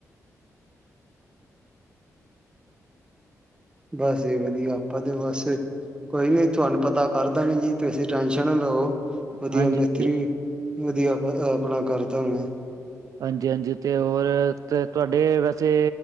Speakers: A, on the right (about 15°); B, on the right (about 70°).
A: ਬੱਸ ਜੀ ਵਧੀਆ, ਅਪਾ ਤੇ ਬੱਸ ਕੋਈ ਨੀ ਤਵਾਨੂੰ ਪ ਤਾ ਕੱਰ ਦਾਗੇ ਜੀ ਤੁਸੀਂ ਟੈਸ਼ਨ ਨਾ ਲੋ,
B: ਹਾਂਜੀ
A: ਵਧੀਆ ਮਿਸਤਰੀ
B: ਹਾਂਜੀ
A: ਵਧੀਆ, ਆਪ ਅ ਆਪਣਾ ਕਾਰਦਾਂਂਗੇ
B: ਆਜੀ-ਆਜੀ ਤੇ ਓ ਅ ਤ ਤੁਵਾਡੇ ਵੈਸੇ